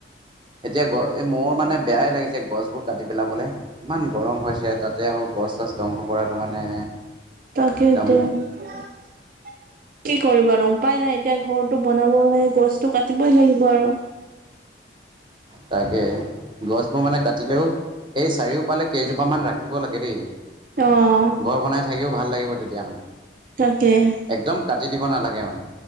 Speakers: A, on the right; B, on the right.
A: এতিয়া গ, মোৰ মানে বেয়াই লাগিছে গছবোৰ কাটি পেলাবলৈ। ইমান গৰম হৈছে। তাতে আকৌ গছ, চছ ধ্বংস কৰাটো মানে
B: তাকেইটো।
A: একদম
B: কি কৰিবনো উপায় নাই। এতিয়া ঘৰটো বনাব হলে গছতটো কাটিবই লাগিব আৰু।
A: তাকে গছবোৰ মানে কাটিলেও। এই চাৰিওফালে কেইজোপামান ৰাখিব লাগে দেই।
B: অ'।
A: ঘৰ বনাই থাকিও ভাল লাগিব তেতিয়া মানে
B: তাকে।
A: একদম কাটি দিব নালাগে মানে।